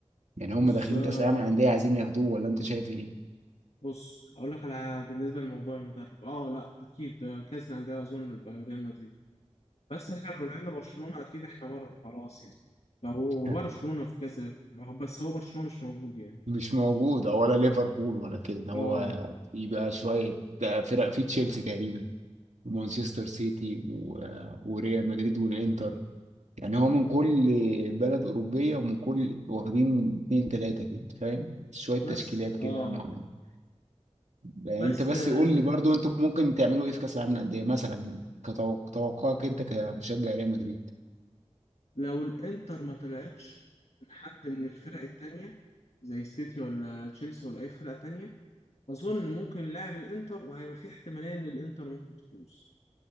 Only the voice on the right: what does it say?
يعني هم
داخلين
كاس العالم للانديه عايزين ياخدوه ولا انت شايف ايه
<laughs>
مش موجود أو ولا ليفربول ولا كده ده هو
في بقى شويه فرق في تشيلسي تقريبا ومانشستر سيتي و... وريال مدريد والانتر يعني هو من كل بلد أوروبية ومن كل واخدين اتنين تلاتة كده فاهم شوية تشكيلات
كده
معينة يعني
أنت بس
قول
لي برضو أنتوا ممكن تعملوا إيه في كأس العالم للأندية مثلا يعني كتوقعك أنت كمشجع ريال مدريد